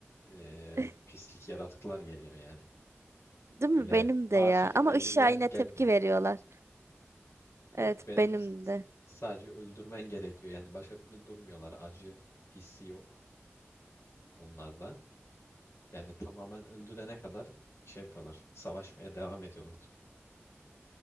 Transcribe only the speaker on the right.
<laughs>
Değil
mi? Benim
de ya.
Ama
ışığa yine
tepki veriyorlar. Evet,
benim
de.